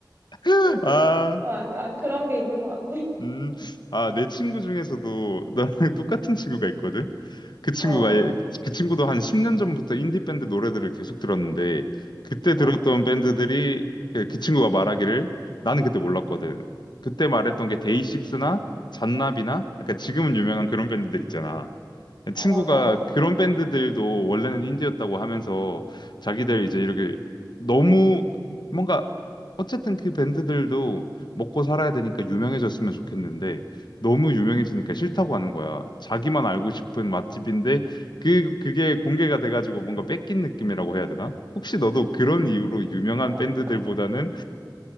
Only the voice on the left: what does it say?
<laughs>
아.
음, 아, 내 친구 중에서도 나랑 <laughs> 똑같은 친구가 있거든?
그 친구가,
예- 그 친구도 한 10년 전부터 인디밴드 노래들을 계속 들었는데, 그때
들었던 밴드들이, 그, 그 친구가 말하기를, 나는 그때 몰랐거든. 그때 말했던
게 데이식스나 잔나비나, 약간 지금은 유명한 그런 밴드들 있잖아.
친구가
그런 밴드들도 원래는 인디였다고 하면서 자기들 이제 이렇게 너무 뭔가 어쨌든 그 밴드들도 먹고 살아야 되니까 유명해졌으면 좋겠는데 너무 유명해지니까 싫다고 하는 거야. 자기만 알고 싶은 맛집인데 그 그게 공개가 돼가지고 뭔가 뺏긴 느낌이라고 해야 되나? 혹시 너도 그런 이유로 유명한
밴드들보다는